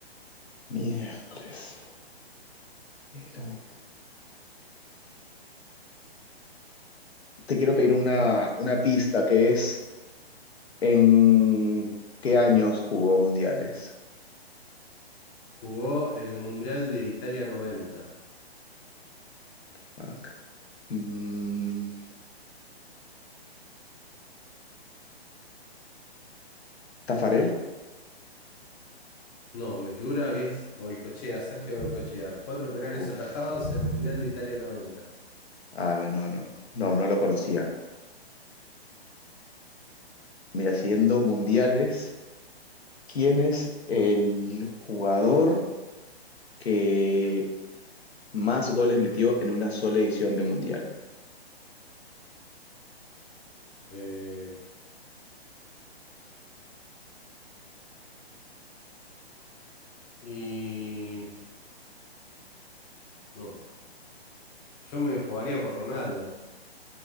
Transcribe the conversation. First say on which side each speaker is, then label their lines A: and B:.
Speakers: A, on the left; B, on the left.
A: Miércoles. Pero- Te quiero pedir una, una pista que es en qué años jugó mundiales.
B: Jugó en el Mundial de Italia 90.
A: Fuck. Mm, ¿Tafarel?
B: No, me figura que es Goicochea, Sergio Goicochea. Cuatro penales
A: Uf,
B: atajados en el Mundial de Italia noventa.
A: ah, no, no, no, no, no lo conocía. Mira, siguiendo mundiales, ¿quién es el jugador que más goles metió en una sola edición de mundial?
B: Eh, y no, yo me jugaría por Ronaldo,